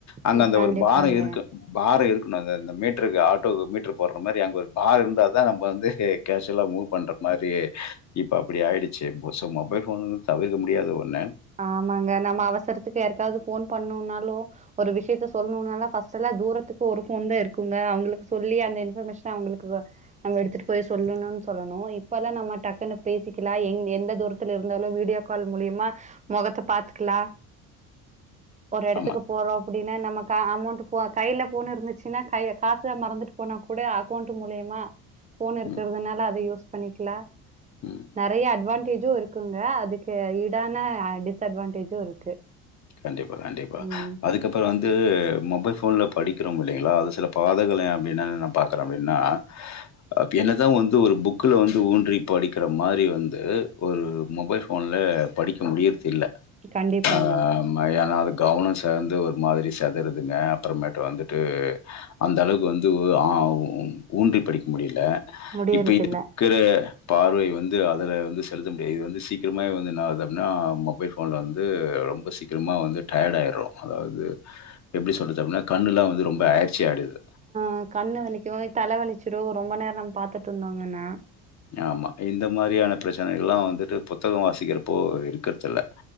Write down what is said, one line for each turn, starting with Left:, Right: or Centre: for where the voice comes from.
Left: அந்த
Right: ம்,
Left: அந்த
Right: கண்டிப்பாங்க
Left: ஒரு பாரோ இருக்கு பாரோ இருக்கணு அ இந்த மீட்டருக்கு ஆட்டோக்கு மீட்டரு போடுற மாரி அங்க ஒரு பாரோ இருந்தாதா நம்ம வந்து கேஷ்ஸுல மூவ் பண்ற மாறி இப்ப அப்டி ஆய்டுச்சு சோ மொபைல் ஃபோன் வந்து தவிர்க்க முடியாத ஒண்ணு
Right: ஆமாங்க நம்ம அவசரத்துக்கு யார்க்காவது ஃபோன் பண்ணுனாலு ஒரு விஷயத்த சொல்னுனாலு ஃப்ர்ஸ்ட்டுல்லா தூரத்துக்கு ஒரு ஃபோன் தா இருக்குங்க அவங்களுக்கு சொல்லி அந்த இன்ஃபர்மேஷன அவங்களுக்கு நம்ம எடுத்துட்டு போய் சொல்லணுன் சொல்லணு இப்பல்லா நம்ம டக்குன்னு பேசிக்கலா எங் எந்த தூர த்துல இருந்தாலு வீடியோ கால் மூலியமா மொகத்த பாத்துக்கலா ஒரு எடத்துக்கு
Left: ஆமா.
Right: போறோ அப்படின்னா நமக் கா அமௌண்ட் போ கையில ஃபோனு இருந்துச்சுன்னா கை காச மறந்துட்டு போனா கூட அக்கௌண்ட் மூலியமா ஃபோன் இருக்கிறதுனால
Left: ம்,
Right: அத யூஸ் பண்ணிக்லா
Left: ம்.
Right: நெறைய அட்வான் டேஜு இருக்குங்க அதுக்கு ஈடான டிஸ் அட்வான்டேஜு இருக்கு
Left: கண்டிப்பா கண்டிப்பா
Right: ம்.
Left: அதுக் இப்ப வந்து மொபைல் ஃபோன்ல படிக்கிறோம் இல்லேங்களா அது சில பாதகளை அப்டின்னு நா பாக்குற அப்டின்னா அ என்னதா வந்து ஒரு புக்ல வந்து ஊன்றி படிக்கிற மாரி வந்து ஒரு மொபைல் ஃபோன்ல படிக்க முடியிறது இல்ல
Right: கண்டிப்பாங்க
Left: அம் ம்மா ஏன்னா அது கவனோ சேந்து ஒரு மாதிரி செதுறுதுங்க அப்றமேட்டு வந்துட்டு அந்த அளவுக்கு வந்து உ ஆ ஊன்றி படிக்க முடியல
Right: முடியறதில்ல
Left: இப்ப இ இருக்கிற பார்வை வந்து அதுல வந்து செலுத்த முடியாது இது வந்து சீக்கிரமாவே வந்து என்னாது அப்டின்னா மொபை ஃபோ ஃபோன்ல வந்து ரொம்ப சீக்கிரமா வந்து டயர்ட் ஆயிர்றோ அதாவது எப்டி சொல்றது அப்டின்னா கண்ணுல்லா வந்து ரொம்ப அயற்சி ஆய்டுது
Right: ஆ கண்ணு வலிக்கு தல வலிச்சுடு ரொம்ப நேரோ நம்ம பாத்துட்டு இருந்தோங்கன்னா
Left: ஆமா இந்த மாதிரியான பிரச்சனைகள்ல்லா வந்துட்டு புத்தகோ வாசிக்கிறப்போ இருக்கறது இல்ல